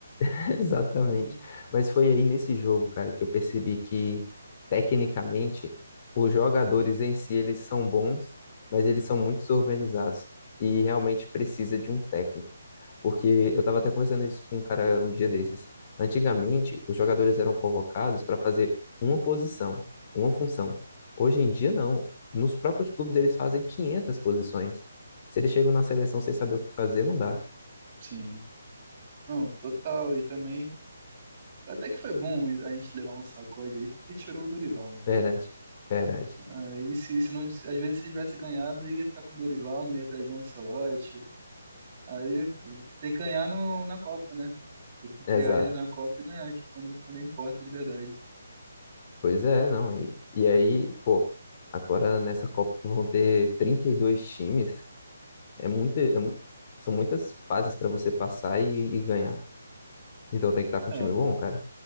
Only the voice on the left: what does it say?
<laughs> Exatamente.
Mas foi aí nesse jogo, cara, que eu percebi que, tecnicamente, os jogadores em si, eles são bons, mas eles são muito desorganizados e realmente precisa de um técnico. Porque eu estava até conversando isso com um cara um dia desses. Antigamente, os jogadores eram convocados para fazer uma posição, uma função. Hoje em dia, não. Nos próprios clubes, eles fazem 500 posições. Se eles chegam na seleção sem saber o que fazer, não dá.
Verdade, verdade.
Exato.
Pois é, não. E, e aí, pô, agora nessa Copa que vão ter 32 times, é muita, é mu- são muitas fases para você passar e, e ganhar. Então tem que estar com
um time bom, cara.